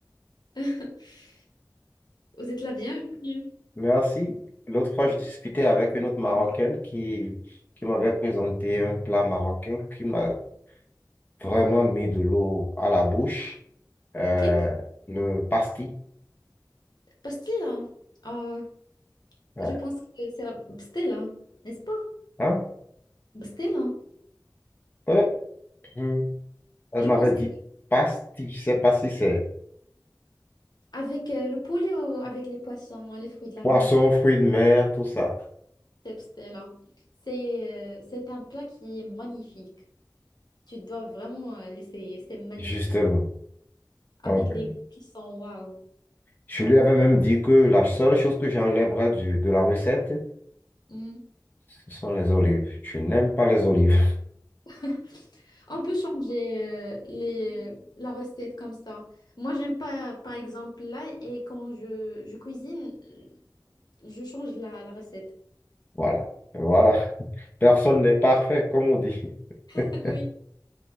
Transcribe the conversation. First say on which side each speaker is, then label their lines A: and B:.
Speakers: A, on the left; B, on the left.
A: <laughs> Vous êtes la bienvenue.
B: Merci. L'autre fois, je discutais avec une autre Marocaine qui, qui m'avait présenté un plat marocain qui m'a vraiment mis de l'eau à la bouche, euh,
A: Quelle
B: le pastis.
A: pastilla? Oh,
B: Ouais.
A: je pense que c'est la pastilla, n'est-ce pas?
B: Hein?
A: Bah, C'était lent.
B: Euh, hum. Elle
A: Je
B: m'avait
A: pense
B: dit
A: que
B: pastis, je sais pas si c'est
A: avec euh, le poulet ou avec les poissons, hein, les fruits de la
B: poisson,
A: mer,
B: fruits de mer, tout ça.
A: c'est c'était C'est euh, c'est un plat qui est magnifique. Tu dois vraiment euh, l'essayer. C'est magnifique.
B: Justement.
A: Avec
B: Donc, euh,
A: des goûts qui sont waouh.
B: je lui avais même dit que la seule chose que j'enlèverais du- de la recette,
A: Hmm.
B: ce sont les olives. Je n'aime pas les olives.
A: <laughs> On peut changer euh, les, la recette comme ça. Moi, j'aime pas, par exemple, l'ail et quand je, je cuisine, euh, je change la, la recette.
B: Voilà. Voilà. <laughs> Personne n'est parfait, comme on dit.
A: <laughs>
B: <laughs>
A: Oui.